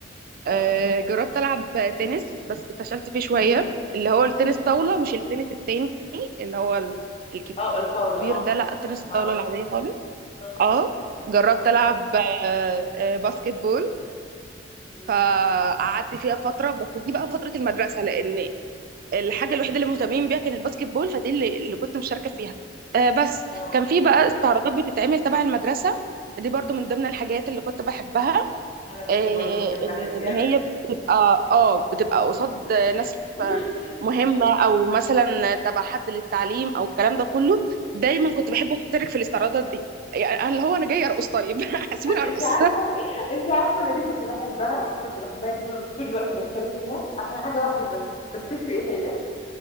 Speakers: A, on the left; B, on the right.
A: اه
B: آه، جربت ألعب تنس بس فشلت فيه شوية اللي هو
A: مم.
B: التنس طاولة مش التنس التاني اللي هو ال- الكبير
A: اه الطاولة اه
B: ده لا التنس الطاولة
A: اه
B: العادية خالص
A: اه
B: اه جربت ألعب آه، آه، باسكت بول
A: مم.
B: فقعدت فيها فترة بس دي بقى فترة المدرسة لأن الحاجة الوحيدة اللي مهتمين بيها كان الباسكت بول فدي اللي, اللي كنت مشاركة فيها آه، بس
A: اه
B: كان في بقى استعراضات بتتعمل تبع المدرسة دي برضو من ضمن الحاجات اللي كنت بحبها
A: انا كنت
B: آه،
A: برضو بحبها
B: ان
A: دي
B: هي
A: اوي
B: بتبقى اه بتبقى قصاد
A: <coughs>
B: ناس
A: مم.
B: مهمه او مثلا تبع حد للتعليم او الكلام ده كله دايما كنت بحب اشترك في الاستعراضات دي يعني أنا اللي هو انا جاي ارقص طيب <laughs> سيبوني ارقص
A: انت عارفة انت عارفة انا ليه كنت بحبها كنت بحبها جدا طول الوقت بشترك فيها عشان حاجة واحدة بس تفتكري ايه هي